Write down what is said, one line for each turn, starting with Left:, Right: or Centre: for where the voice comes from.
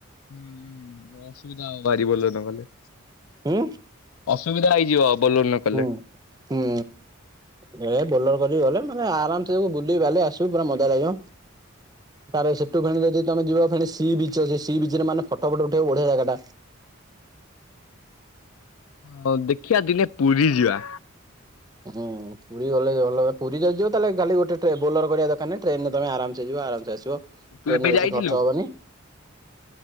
Left: ହୁଁ ହୁ ଅସୁବିଧା ହବ ଭାରି ବଲର ନ କଲେ।
Right: ହୁଁ।
Left: ସୁବିଧା ହେଇଯିବ। ବୋଲର ନ କଲେ
Right: ହୁଁ ହୁଁ। ହେ ବୋଲର କରିକି ଗଲେ ମାନେ ଆରାମସେ ସବୁ ବୁଲି ବାଲି ଆସିବୁ ପୁରା ମଜା ଲାଗିବ। ତାର ସେଠୁ ଫେଣି ଯଦି ତମେ ଯିବ ଫେଣିସ ସି ବିଚ ଅଛି ସି ବିଚ ରେ ମାନେ ଫଟୋ ଫଟ ଉଠେଇବୁ ବଢିଆ ଜାଗା ଟା।
Left: ହ ଦେଖିବା ଦିନେ ପୁରୀ ଯିବା।
Right: ହୁଁ ପୁରୀ ଗଲେ ଭଲ। ପୁରୀ ଯଦି ଯିବ ତାହାଲେ ଗୋଟେ ବୋଲର କରିବା ଦରକାର ନାହିଁ ଟ୍ରେନରେ ତମେ ଆରାମସେ ଯିବ ଆରାମସେ ଆସିବ। ଟ୍ରେନ
Left: ତୁ ଏବେ
Right: ରେ ବେଶୀ
Left: ଯାଇଥିଲୁ?
Right: ଖର୍ଚ୍ଚ ହବନି।